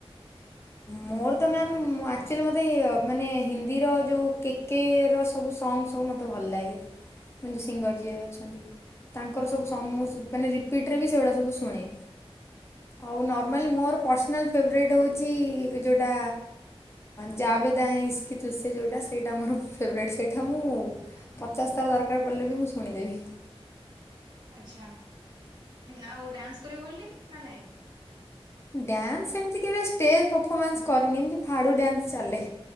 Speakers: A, on the left (about 25°); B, on the right (about 45°).
A: ମୋର ତ ମ୍ୟାମ୍ ଆକ୍ଚୁଆଲି ମୋତେ ମାନେ ହିନ୍ଦୀର ଯେଉଁ କେକ୍ କେ ର ସବୁ ସଙ୍ଗ୍ ସବୁ ମୋତେ ଭଲ ଲାଗେ ଯେଉଁ ସିଙ୍ଗର ଯିଏ ଅଛନ୍ତି ତାଙ୍କର ସବୁ ସଙ୍ଗ ମାନେ ରିପିଟ ରେ ବି ସେଗୁଡା ସବୁ ଶୁଣେ ଆଉ ନର୍ମାଲି ମୋର ପର୍ସନାଲ୍ ଫେଭରଟ୍ ହେଉଛି ଯେଉଟା ଜାବେଦାଁ ଇସ୍କିିତୁସେ ଯେଉଁଟା ସେଇଟା ମୋର ଫେବରୋଇଟ୍ ସେଇଟା ମୁଁ। ପଚାଶ ଥର ଦରକାର ପଡ଼ିଲେ ବି ମୁଁ ଶୁଣିଦେବି
B: ଆଚ୍ଛା ଆଉ ଡ୍ୟାନ୍ସ କରିବାକୁ ଭଲ ନା ଲାଗେ ନା ନାଇଁ
A: ଡ୍ୟାନ୍ସ ଏମିତି କେବେ ଷ୍ଟେଜ୍ ପରଫମାନ୍ସ କରିନି ଏମିତି ଫାଡୁ ଡ୍ୟାନ୍ସ ଚାଲେ